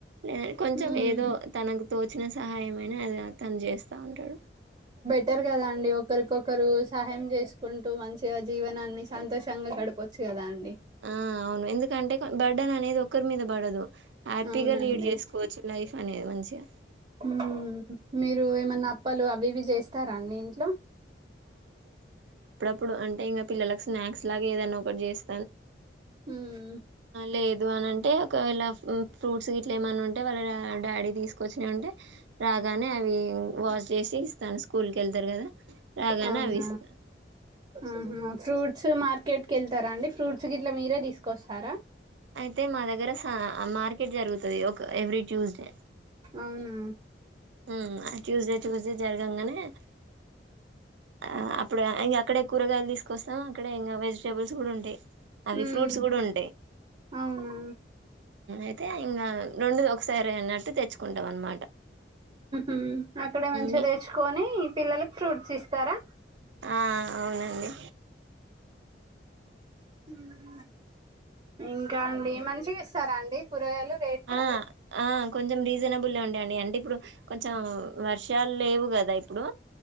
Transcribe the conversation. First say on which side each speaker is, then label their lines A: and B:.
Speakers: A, on the right (about 85°); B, on the right (about 35°).
A: లే కొంచెం
B: ఉమ్
A: ఏదో తనకు తోచిన సహాయమైన అది తను జేస్త ఉంటాడు
B: పెట్టారు కదా అండి ఒకరికొకరు సహాయం జేసుకుంటూ మంచిగా జీవనాన్ని సంతోషంగా గడపవచ్చు కదా అండి
A: ఆ అవును ఎందుకంటే బడ్డన అనేది ఒకరి మీద పడదు హ్యాపీగా
B: అవునండి
A: లీడ్ జేసుకోవచ్చు లైఫ్ అనేది మంచిగా
B: ఉ మీరు ఏమన్నా అప్పాలు అవివి చేస్ స్తారా అన్ని ఇంట్లో
A: ఇప్పుడు అంటే ఇంగ పిలలకు స్నాక్స్ లాగా ఏదనా ఒకటి చేస్
B: హ్మ్
A: లేదు అని అంటే ఒకవేళ ఫ్రూట్స్ గిట్లా ఏమని ఉంటే వాళ్ళ డాడీ దీసుకొచ్చనే ఉంటే రాగానే అవి వాష్ జేసి ఇస్తాను స్కూల్ కెళ్తారు గదా రాగానే
B: అవునా
A: అవిస్తాను
B: ఆహా ఫ్రూట్స్ మార్కెట్కి యెళ్తారా అండి ఫ్రూట్స్ క ఇట్లా మీరే తీసుకొస్తారా
A: అయితే మా దగ్గర స మార్కెట్ జరుగుతుది ఒక ఎవ్రీ ట్యూస్డే
B: అవునా
A: ఉమ్ ట్యూస్డే ట్యూస్డే జరగాంగానే ఆ అప్పుడ అక్కడే కూరగాయలు దీసుకొస్తాం అక్కడ ఇంకా వెజిటేబుల్స్ కూడా ఉంటాయి అవి
B: హ్మ్
A: ఫ్రూట్స్ గూడ ఉంటాయ్
B: అవునా
A: అయితే ఇంగ రెండు సరే అన్నట్టు తెచ్చుకుంటాం అనమాట
B: ఉ అక్కడే మంచిగా
A: మీ
B: తెచ్చుకొని పిల్లలకి ఫ్రూట్స్ ఇస్తారా
A: ఆ అవునండి
B: హ ఇంకా అండి మంచిగా ఇస్తారా అండి కూరగాయలు రేట్లు
A: ఆ ఆ కొంచం రీజ జనబులో అండి అడి అంటే ఇప్పుడు కొంచెం వర్షాలు లేవు కదా ఇప్పుడు